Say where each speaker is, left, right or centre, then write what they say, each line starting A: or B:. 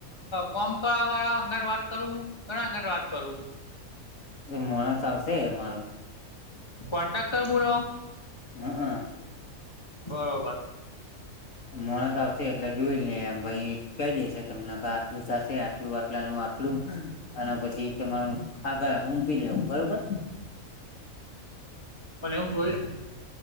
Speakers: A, on the left; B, on the left.
A: કોમક વાળા અંગળ વાત કરું ઘણા અંગર વાત કરું
B: એ માણસ આવશે અમારું
A: કોન્ટ્રાક્ટર મુળ
B: હ.
A: બરોબર
B: મોણસ આવશે એટલે જોઈ ને એમ ભાઈ કઈ દે છે તમને આટલું સા આટલું આટલાનું આટલું અને પછી તમારું આગળ ઉમપ દવું બરોબર
A: પણ એું જોઈ